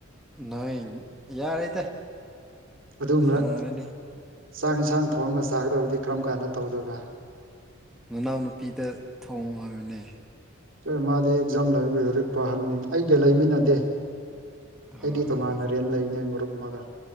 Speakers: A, in the centre; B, on the right.
A: ꯅꯥꯏꯟ ꯎꯝ ꯌꯥꯔꯦꯗ
B: ꯑꯗꯨꯝꯔꯛ
A: ꯁꯪꯂꯅꯤ
B: ꯆꯥꯛ ꯏꯟꯁꯥꯡ ꯊꯣꯡꯉꯒ ꯆꯥꯒꯗꯕꯗꯤ ꯀꯔꯝ ꯀꯥꯟꯗ ꯇꯧꯗꯣꯏꯕ
A: ꯅꯅꯥꯎ ꯅꯨꯨꯄꯤꯗ ꯊꯣꯡꯉꯣ ꯍꯥꯏꯌꯨꯅꯦ
B: ꯆꯣꯏ ꯃꯥꯗꯤ ꯑꯦꯛꯖꯥꯝ ꯂꯩꯕꯅꯤꯅ ꯂꯥꯏꯔꯤꯛ ꯄꯥꯍꯟꯂꯤꯅꯤ ꯑꯩꯒ ꯂꯩꯃꯤꯟꯅꯗꯦ
A: ꯍ
B: ꯑꯩꯗꯤ
A: ꯍꯣꯏ
B: ꯇꯣꯡꯉꯥꯟꯅ
A: ꯍꯣꯏ ꯍꯣꯏ
B: ꯔꯦꯟ ꯂꯩꯕꯅꯦ ꯃꯔꯨꯞ ꯑꯃꯒ